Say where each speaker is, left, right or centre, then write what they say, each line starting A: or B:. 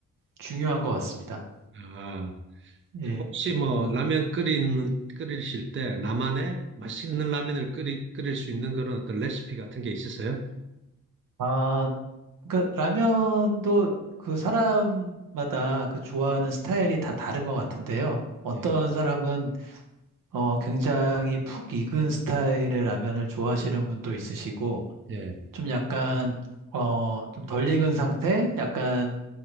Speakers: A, on the right (about 75°); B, on the right (about 35°).
A: 중요한 것 같습니다.
B: 아,
A: 예.
B: 혹시 뭐 라면 끓이는 끓이실 때 나만의 맛있는 라면을 끓이 끓일 수 있는 그런 어떤 레시피 같은 게 있으세요?
A: 아, 그러니까 라면도 그 사람마다 그 좋아하는 스타일이 다 다른 것 같은데요. 어떤
B: 예.
A: 사람은 어, 굉장히 푹 익은 스타일의 라면을 좋아하시는 분도 있으시고,
B: 예.
A: 좀 약간 어, 좀 덜 익은 상태? 약간